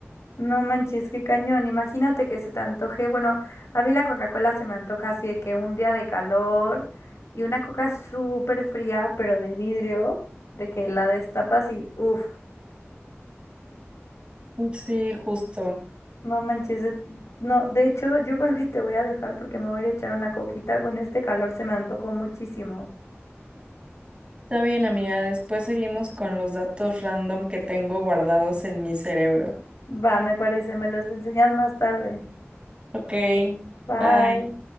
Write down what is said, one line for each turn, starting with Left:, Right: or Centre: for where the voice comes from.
Left: No manches, qué cañón. Imagínate que se te antoje. Bueno, a mí la Coca-Cola se me antoja así de que un día de calor y una coca súper fría, pero de vidrio, de que la destapas y uff,
Right: Sí, justo.
Left: no manches. de- No, de hecho, yo creo que te voy a dejar porque me voy a ir a echar una coquita. Con este calor se me antojó muchísimo.
Right: Está bien, amiga, después seguimos con los datos random que tengo guardados en mi cerebro.
Left: Va, me parece, me los enseñas más tarde.
Right: Ok,
Left: Bye.
Right: bye.